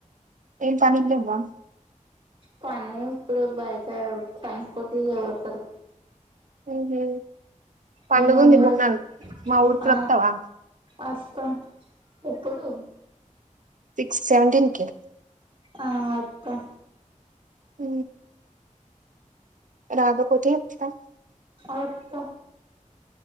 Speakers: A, on the right (about 70°); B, on the right (about 40°).
A: ఏం పనిలేవ్వ
B: కానీ ఇప్పుడ బయకా ఫైన్స్ కొట్టి ఇక పోతరు
A: ఊహూ పండుగ
B: మీ మమ్మీ
A: ఉంది బోనాలు
B: వాళ్ళు
A: మా ఊరికి
B: ఆ
A: వత్తవా
B: అస్తా ఎప్పుడు
A: సిక్స్ సెవెంటీన్ కి
B: ఆ అత్తా
A: ఊ రాకాపోతే చెప్తా
B: అత్త